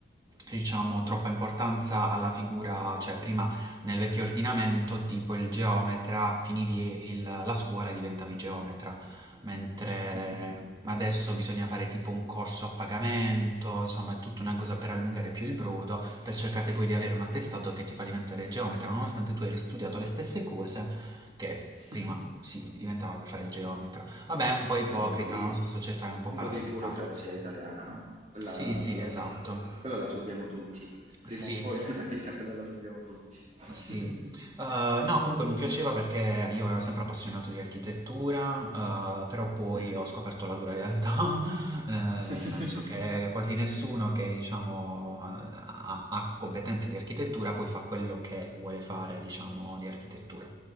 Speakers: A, on the right; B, on the right.
A: diciamo, troppa importanza alla figura, cioè prima nel vecchio ordinamento, tipo il geometra, finivi il- la scuola e diventavi geometra. Mentre
B: Mh-mh.
A: adesso bisogna fare tipo un corso a pagamento, insomma è tutta una cosa per allungare più il brodo, per cercare poi di avere un attestato che ti fa diventare geometra, nonostante tu hai studiato le stesse cose che
B: <laughs>
A: prima si diventava per fare il geometra. Vabbè, è un po' ipocrita,
B: Vabbè un po' di
A: la nostra società è un po'
B: un
A: parassitaria,
B: po' di burocrazia
A: lo so.
B: italiana, no, quella
A: Sì, sì, esatto.
B: quella la subiamo tutti. Prima
A: Sì,
B: o poi <laughs> nella vita quella la subiamo tutti. <laughs>
A: Sì, Eh, no, comunque mi piaceva perché io ero sempre appassionato di architettura, eh, però poi
B: Mh.
A: ho scoperto la dura realtà, <laughs> eh,
B: <laughs>
A: nel senso che quasi nessuno che diciamo, ha, ha competenze di architettura poi fa quello che vuole fare, diciamo, di architettura.